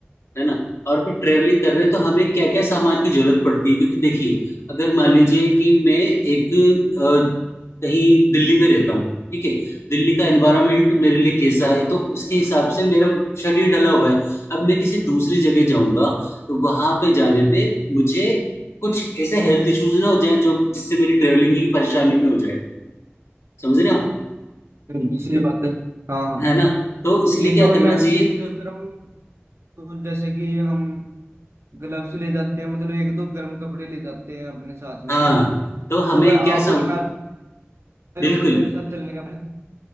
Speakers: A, on the left; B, on the right.
A: है ना और फिर ट्रेवलिंग कर रहे हैं तो हमें क्या क्या सामान की जरूरत पड़ती है क्योंकि देखिए अगर मान लीजिए कि मैं एक अ, कहीं दिल्ली में रहता हूँ ठीक है दिल्ली का एनवायरनमेंट मेरे लिए कैसा है तो उसके हिसाब से मेरा शरीर ढला हुआ है अब मैं किसी दूसरी जगह जाऊंगा तो वहां पे जाने पे मुझे कुछ ऐसे हेल्थ इश्यूज ना हो जाए जो जिससे मेरी ट्रेवलिंग की परेशानी में हो जाए समझ रहे हो आप?
B: बिल्कुल सही बात है हाँ हाँ
A: है ना तो इसलिए
B: ये
A: क्या
B: तो
A: करना
B: मैं भी
A: चाहिए
B: यही सोच रहा हूँ तो जैसे कि हम ग्लव्स ले जाते हैं मतलब एक दो गर्म कपड़े ले जाते हैं अपने साथ में
A: हाँ
B: ना
A: तो हमें
B: तो वह आप
A: क्या सम
B: भी बना रहे
A: बिल्कुल
B: होगे मेरे साथ चलने का plan?